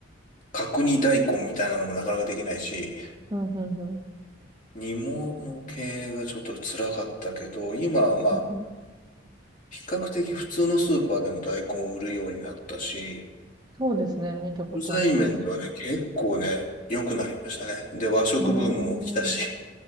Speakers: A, on the left; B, on the right.
A: 角煮大根みたいなのもなかなかできないし、
B: うんうん。
A: 煮物系がちょっと辛かったけど、今はまあ、
B: うんうん。
A: 比較的普通のスーパーでも大根を売るようになったし、
B: そうですね。見たことあります。
A: 食材面ではね、結構ね、良くなりましたね。で、和食ブームも来たし。
B: うーん。うん、